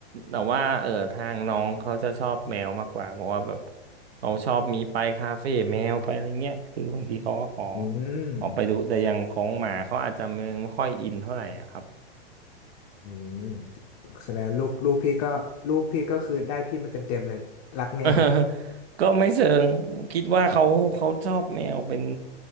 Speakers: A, on the right; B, on the left.
A: แต่ว่าเออทางน้องเขาจะชอบแมวมากกว่าเพราะว่าแบบเขาชอบมีไปคาเฟ่แมวไปอะไรเงี้ยคือบางทีเขาก็ขอ
B: อืม
A: ออกไปดูแต่อย่างของหมาเขาอาจจะยังไม่ค่อยอินเท่าไหร่อะครับ
B: อืมแสดงลูกลูกพี่ก็ลูกพี่ก็คือได้พี่มาเต็มๆเลยรักแมว
A: <laughs> เออก็ไม่เชิงคิดว่าเขาเขาชอบแมวเป็น